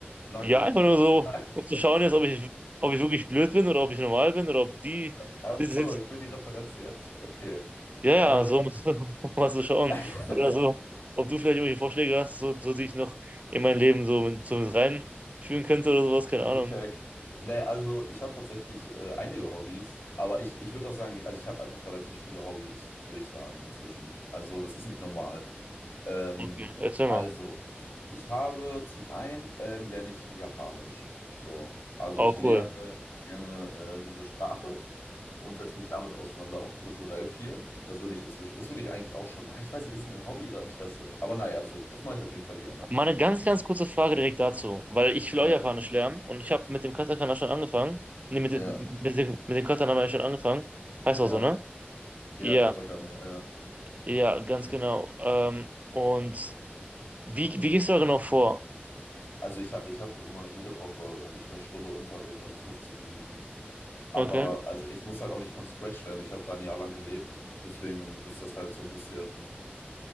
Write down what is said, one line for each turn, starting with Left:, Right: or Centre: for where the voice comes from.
Left: Na
Right: Ja,
Left: gut,
Right: einfach
Left: Digga.
Right: nur so,
Left: <laughs> Nein.
Right: um zu schauen jetzt, ob ich, ob ich wirklich blöd bin oder ob ich normal bin oder ob die
Left: Ach
Right: <laughs>
Left: so, ich bin die Referenz jetzt. Okay.
Right: Ja, ja,
Left: Ähm.
Right: so musst du, <laughs> musst du schauen.
Left: <laughs>
Right: Oder so, ob du vielleicht irgendwelche Vorschläge hast, so, so die ich noch in mein Leben so mit, so mit reinführen könnte oder sowas, keine Ahnung.
Left: Ich check. Nee, also ich habe tatsächlich äh, einige Hobbys, aber ich, ich würde auch sagen, also ich habe einfach relativ viele Hobbys, würde ich sagen, inzwischen. Also das ist nicht normal. Ähm,
Right: Okay, erzähl
Left: also,
Right: mal.
Left: ich habe zum einen ähm, lerne ich Japanisch. So, also
Right: Auch
Left: ich lerne
Right: cool.
Left: gerne äh, diese Sprache und setze mich damit auseinander, auch kulturell viel. Das würde ich inzwischen, das würde ich eigentlich auch schon. Ah, ich weiß nicht, ist ein Hobby oder Interesse. Aber naja, so, das mache ich auf jeden Fall gerne.
Right: Mal eine ganz, ganz kurze Frage direkt dazu, weil ich will
Left: Ja,
Right: auch Japanisch lernen und ich habe mit dem Katakana schon angefangen. Ne, mit
Left: ja,
Right: dem, mit dem, mit dem Katakana habe ich schon angefangen. Heißt
Left: ja.
Right: auch so, ne?
Left: Ja,
Right: Ja,
Left: Katakana, ja.
Right: ja, ganz genau. Ähm, und wie, wie gehst du da genau vor?
Left: Also ich habe ich hab immer jede Woche habe ich eine Stunde Unterricht, also 50 Minuten. Aber
Right: Okay,
Left: also ich muss halt auch nicht von Scratch lernen. Ich habe da ein Jahr lang gelebt. Deswegen ist das halt so ein bisschen,